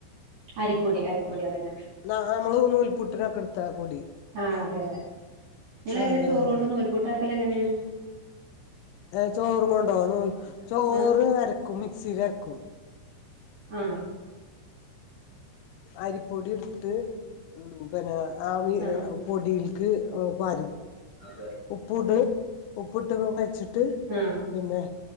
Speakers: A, on the right; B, on the left.
A: അരിപ്പൊടി അരിപ്പൊടി അതന്നെ
B: ന നമ്മള് തന്ന നൂൽപുട്ടിനൊക്കെ എടുത്ത പൊടി
A: ആ് അതെ അതെ ങ്ങളെങ്ങനെ
B: ആഹ്
A: ചോറ കൊണ്ട് നൂൽപൂട്ടാക്കൽ എങ്ങനെയാണ്
B: ഏ ചോറും കൊണ്ടോ നോ ചോ
A: ആഹ്
B: അരക്കും മിക്സിയിലരക്കും
A: ആഹ
B: അരിപ്പൊടി ഇട്ത്തി് ഉം പിന്നെ ആമ
A: ആ
B: പൊടിൽക്ക് പരും
A: അതെ
B: ഉപ്പ ഇട് ഉപ്പിട്ട് വെച്ചിട്ട്
A: ആ
B: പിന്നെ